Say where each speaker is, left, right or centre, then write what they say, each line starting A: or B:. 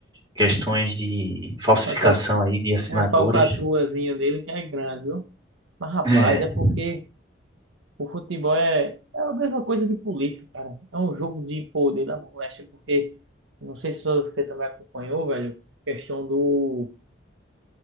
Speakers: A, on the right; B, on the right.
A: questões de falsificação
B: Falca-
A: aí de assinaturas.
B: Umas falcatruazinhas dele que é grande, viu? Mas, rapaz,
A: É,
B: é porque O futebol é, é a mesma coisa de política, cara. É um jogo de poder da moléstia, porque não sei se você também acompanhou, velho, a questão do